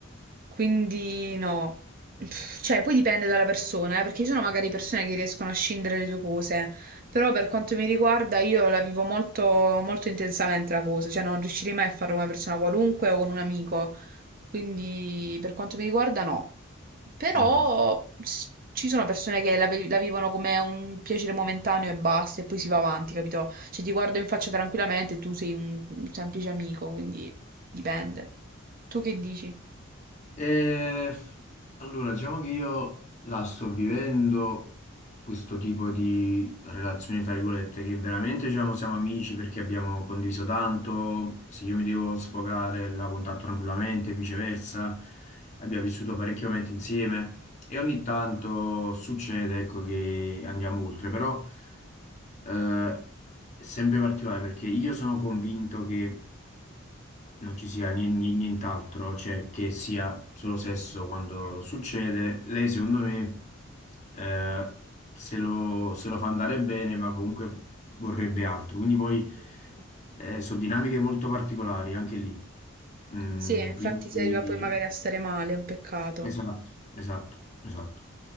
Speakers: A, on the right; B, on the left.
A: quindi no. Pff, Cioè, poi dipende dalla persona, eh, perché ci sono magari persone che riescono a scindere le due cose, però per quanto mi riguarda io la vivo molto, molto intensamente la cosa, cioè non riuscirei mai a farlo con una persona qualunque o con un amico. Quindi per quanto mi riguarda no. Però
B: Mm.
A: s- ci sono persone che la, ve- la vivono come un piacere momentaneo e basta, e poi si va avanti, capito? Cioè ti guardo in faccia tranquillamente e tu sei un, un semplice amico, quindi dipende. Tu che dici?
B: E, allora, diciamo che io la sto vivendo questo tipo di relazioni, fra virgolette, che veramente diciamo, siamo amici perché abbiamo condiviso tanto, se io mi devo sfogare la contatto tranquillamente e viceversa, abbiamo vissuto parecchi momenti insieme e ogni tanto succede, ecco, che andiamo oltre, però eh, è sempre particolare perché io sono convinto che non ci sia nien- nien- nient'altro, cioè che sia solo sesso quando succede. Lei, secondo me, eh, se lo, se lo fa andare bene, ma comunque vorrebbe altro. Quindi poi
A: Mm.
B: eh, sono dinamiche molto particolari anche lì. Mm,
A: Sì, infatti
B: quindi
A: si arriva poi magari a stare male, è un peccato.
B: esatto, esatto, esatto.